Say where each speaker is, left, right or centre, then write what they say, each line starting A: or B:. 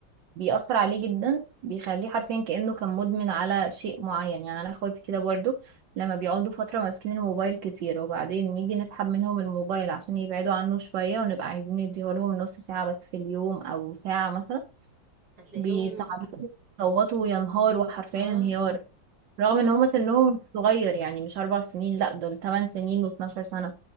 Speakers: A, on the right (about 75°); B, on the right (about 55°).
A: بيأثر عليه جدا بيخليه حرفيا كأنه كان مدمن على شيء معين يعني انا اخواتي كده برضو لما بيقعدوا فترة ماسكين الموبايل كتير وبعدين نيجي نسحب منهم الموبايل عشان يبعدوا عنه شوية ونبقى عايزين نديهولهم نص ساعة بس في اليوم او ساعة مثلا
B: هتلاقيهم
A: بيصعبوا يصوتوا وينهاروا حرفيا
B: اه
A: انهيار رغم ان
B: اه
A: هما سنهم مش صغير يعني مش اربع سنين لا دول تمن سنين واتناشر سنة